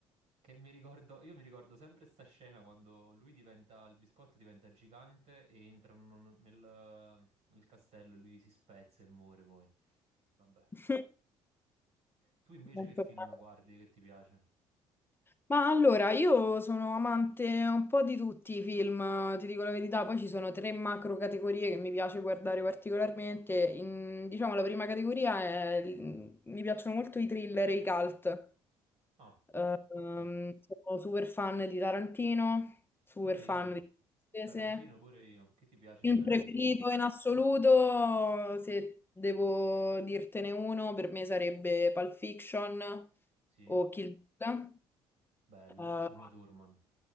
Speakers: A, on the right; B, on the left.
A: Che mi ricordo, io mi ricordo sempre sta scena quando lui diventa, il biscotto diventa gigante e entrano n- nel, nel castello e lui si spezza e muore poi. Vabbè.
B: <laughs>
A: Tu invece
B: Tanto
A: che film
B: male.
A: guardi che ti piace?
B: Ma allora, io sono amante un po' di tutti i film, ti dico la verità, poi ci sono tre macro categorie che mi piace guardare particolarmente. In- diciamo, la prima categoria è... mi piacciono molto i thriller e i cult.
A: Ah,
B: Eh,
A: ok.
B: Ehm, sono super fan di Tarantino, super
A: Pure
B: fan
A: io.
B: di Scorsese.
A: Tarantino, pure io. Che ti piace
B: Film
A: di Tarantino?
B: preferito in assoluto, se devo dirtene uno, per me sarebbe Pulp Fiction
A: Sì,
B: o Kill Bill.
A: bello.
B: Eh,
A: Uma Thurman.